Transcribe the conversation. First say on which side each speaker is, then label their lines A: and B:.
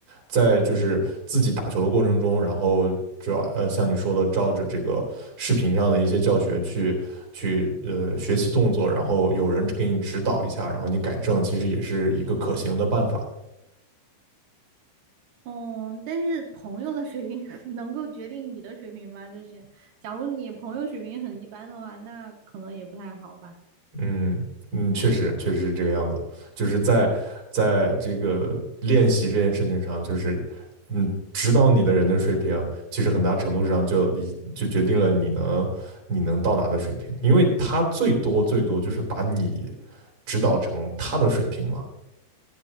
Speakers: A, on the right; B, on the right.
A: 在就是自己打球的过程中，然后主要呃像你说的，照着这个视频上的一些教学去去呃学习动作，然后有人给你指导一下，然后你改正，其实也是一个可行的办法。
B: 嗯，但是朋友的水平 <laughs> 能够决定你的水平吧？就是假如你朋友水平很一般的话，那可能也不太好吧。
A: 嗯嗯，确实确实是这个样子，就是在在这个练习这件事情上，就是嗯，指导你的人的水平，其实很大程度上就已就决定了你能你能到达的水平，因为他最多最多就是把你指导成他的水平嘛，